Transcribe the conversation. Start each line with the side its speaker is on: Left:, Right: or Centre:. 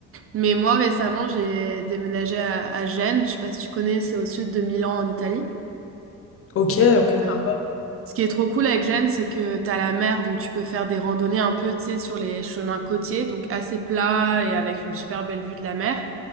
Right: Mais moi, récemment, j'ai déménagé à, à Gênes. Je sais pas si tu connais, c'est au sud de Milan, en Italie.
Left: OK,
Right: Et,
Left: OK,
Right: euh,
Left: sympa.
Right: Ce qui est trop cool avec Gênes, c'est que t'as la mer, donc tu peux faire des randonnées un peu, tu sais, sur les chemins côtiers, donc assez plats et avec une super belle vue de la mer.